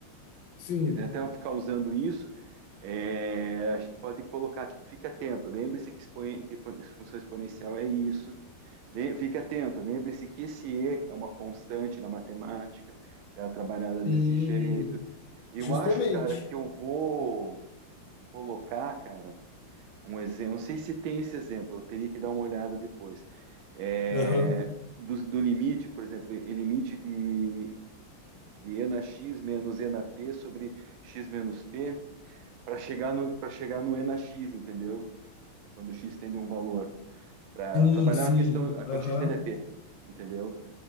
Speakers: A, on the left; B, on the right.
A: Sim,
B: Se quiser até eu ficar usando isso, é, a gente pode colocar, tipo, fique atento, lembre-se que, exponen- que fun- função exponencial é isso. Le- Fique atento, lembre-se que esse E é uma constante na matemática, ela é trabalhada desse
A: sim,
B: jeito. Eu
A: justamente.
B: acho, cara, que eu vou colocar, cara, Um exemplo, não sei se tem esse exemplo, eu teria que dar uma olhada depois. É,
A: Aham.
B: do, do limite, por exemplo, e limite de, de enax menos enap sobre x menos p para chegar no para chegar no enax, entendeu? Quando x tende a um valor, para
A: Sim,
B: trabalhar
A: sim,
B: a questão a- quando
A: aham,
B: x tende a p, entendeu?